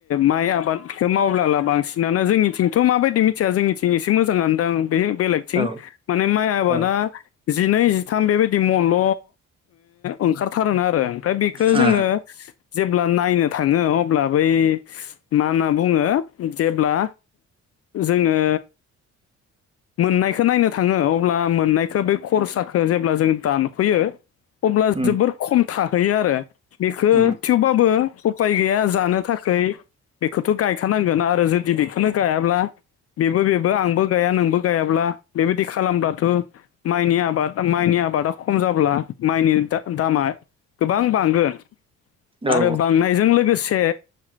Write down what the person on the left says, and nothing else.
माइ आबादखौ मावब्ला लाब बांसिनानो जोंनिथिंथ' माबायदि मिथिया जोंनिथिं इसे ए मोजां आनो दां बे बेलेगथिं
माने माइ आबादा
जिनै जिथाम बेबायदि मल' ओंखारथारोन आरो ओमफ्राय बेखौ
जोङो जेब्ला नायनो थाङो अब्ला बै मा होनना बुङो जेब्ला जोङो मोननायखौ नायनो थाङो अब्ला मोननायखौ बे खरसाखौ जेब्ला जों दानफैयो अब्ला
जोबोर खम थाहैयो आरो बेखौ
थेवाबो उफाय गैया जानो थाखाय खै बेखौथ' गायखानांगोन आरो जुदि बेखौनो गायाब्ला बेबो बेबो आंबो गाया नोंबो गायाब्ला बेबायदि खालामब्लाथ' माइनि आबाद माइनि आबादा खम जाब्ला माइनि दा दामा गोबां बांगोन। आरो
बांनायजों लोगोसे